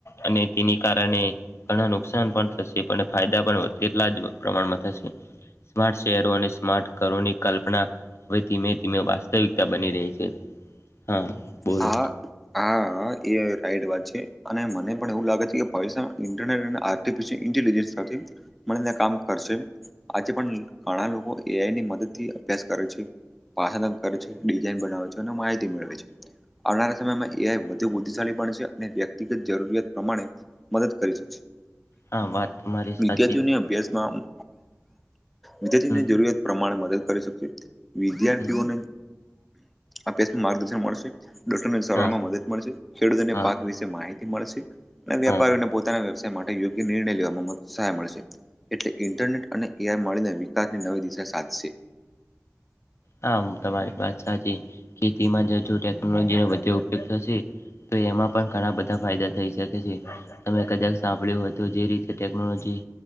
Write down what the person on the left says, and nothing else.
અને તેની કારણે. ઘણા નુકસાન પણ થશે પણ ફાયદા પણ કેટલા જ પ્રમાણમાં થશે. સ્માર્ટ શહેરો અને સ્માર્ટ ઘરોની કલ્પના. હવે ધીમે ધીમે વાસ્તવિકતા બની રહી છે. હા. બોલો
હા વાત તમારી સાચી
હમ
હમ
હા
હા
હા
હા હું તમારી વાત સાચી ખેતીમાં જો ટેકનોલોજીનો વધુ ઉપયોગ થશે. તો એમાં પણ ઘણા બધા ફાયદા થઈ શકે છે તમે કદાચ સાંભળ્યું તો જે રીતે ટેકનોલોજી